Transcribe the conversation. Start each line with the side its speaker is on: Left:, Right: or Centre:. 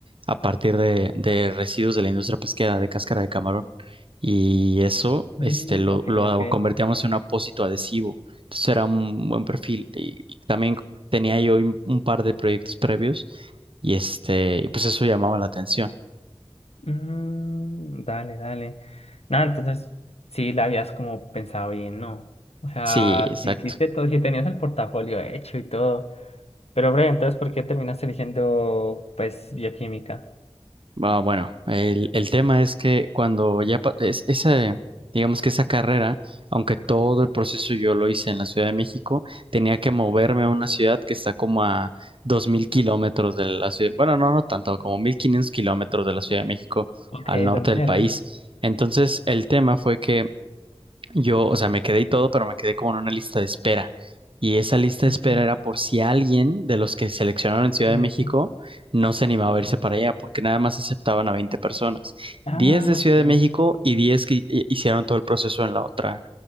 Right: a partir de, de residuos de la industria pesquera, de cáscara de camarón. Y eso este,
Left: Mm,
Right: lo,
Left: ok,
Right: lo
Left: ok.
Right: convertíamos en un apósito adhesivo. Entonces era un buen perfil. Y, y también tenía yo un un par de proyectos previos y este, y pues eso llamaba la atención.
Left: Mm, dale, dale. Nada, entonces, sí, la habías como pensado bien, ¿no? O sea,
Right: Sí, exacto.
Left: sí hiciste todo, sí tenías el portafolio hecho y todo. Pero, breve, entonces, ¿por qué terminaste eligiendo, pues, bioquímica?
Right: Ah, bueno, el, el tema es que cuando ya pa- es, esa, digamos que esa carrera, aunque todo el proceso yo lo hice en la Ciudad de México, tenía que moverme a una ciudad que está como a 2.000 kilómetros de la ciudad, bueno, no, no tanto, como 1.500 kilómetros de la Ciudad de México
Left: Ok,
Right: al norte
Left: ¿dónde
Right: del país.
Left: era?
Right: Entonces, el tema fue que yo, o sea, me quedé y todo, pero me quedé como en una lista de espera. Y esa lista
Left: Ujú.
Right: de espera era por si alguien de los que seleccionaron en Ciudad
Left: Sí,
Right: de México
Left: sí, sí.
Right: no se animaba a irse para allá, porque nada más aceptaban a 20 personas.
Left: Ah,
Right: diez de Ciudad
Left: ok.
Right: de México y 10 que hi- hicieron todo el proceso en la otra,